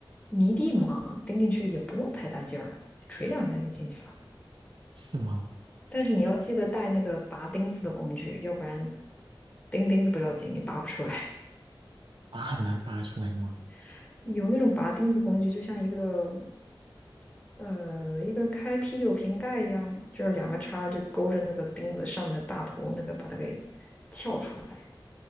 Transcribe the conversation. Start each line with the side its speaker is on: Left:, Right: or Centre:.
Left: 泥地嘛，钉进去也不用太大劲儿，锤两下就进去了。
Right: 是吗？
Left: 但是你要记得带那个拔钉子的工具，要不然钉钉子不要紧，你拔不出来。
Right: 啊，很难拔出来吗？
Left: <laughs> 有那种拔钉子工具，就像一个呃一个开啤酒瓶盖一样，就是两个叉就勾着那个钉子上面的大头，那个把它给撬出来。